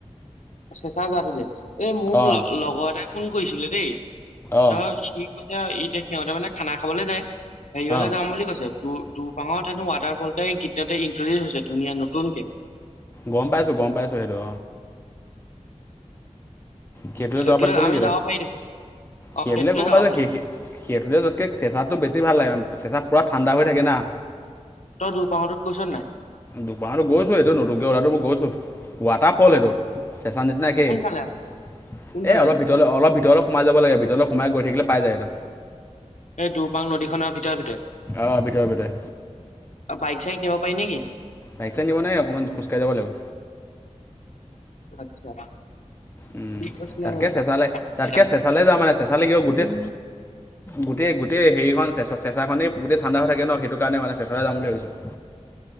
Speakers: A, on the left; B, on the left.
A: চেঁচা গাঁৱটো যে এই মোক
B: অঁ
A: লগৰ এটাই ফোন কৰিছিলে দেই।
B: অঁ
A: ত সি কৈছে এতিয়া সিহঁতে মানে খানা খাবলৈ যায় হেৰিয়লে
B: অঁ
A: যাম বুলি কৈছে। দু দুপাংত হেনো ৱাটাৰফলটাই একেদিনট ইনট্ৰডিউচ হৈছে ধুনীয়া নতুনকে।
B: গম পাইছো, গম পাইছো সেইটো। সেটোলৈ
A: সেইটোলৈ
B: যাব পাৰিছ
A: আমি
B: নেকি তই?
A: যাব পাৰি দেখোন অ
B: সেটোলৈ
A: সেইটোলৈ
B: গম
A: যাব
B: পাইছ স
A: পাৰি
B: সেটোলৈ যোৱাতকে চেচাটো বেছি ভাল লাগে, চেঁচা পুৰা ঠাণ্ডা হৈ থাকে না।
A: তই দুৰপাংটোত গৈ'ছ নাই?
B: দুৰপাংটো গৈছো, এইটো নতুনকে উলোৱাতো মই গৈছো। ৱাটাৰফল এইটো চেঁচা নিচিনা একেই।
A: কোনফালে
B: এই
A: আছে? কোনফালে
B: অলপ
A: আছে
B: ভিতৰলৈ অলপ ভিতৰলৈ সোমাই যাব লাগে, ভিতৰলৈ সোমাই গৈ থাকিলে পাই যায় এইটো।
A: এই দুৰপাং নদী খনৰ ভিতৰে ভিতৰে।
B: অ', ভিতৰে ভিতৰে।
A: বাইক চাইক নিব পাৰি নেকি?
B: বাইক চাইক নিব নোৱাৰি অকমান খোজকাঢ়ি যাব লাগিব।
A: আচ্ছা।
B: উম,
A: ঠিক কৈছিলে
B: তাতকে
A: মানে
B: চেচালে,
A: তালৈ যাম বুলি।
B: তাতকে চেচালে যা মানে চেচালে কিবা গোটেই গোটেই-গোটেই হেৰি চে চেচাখই গোটেই ঠাণ্ডা হৈ থাকে ন সেইটো কাৰণে মানে চেচালৈ যাম বুলি ভাবিছোঁ। <inaudible>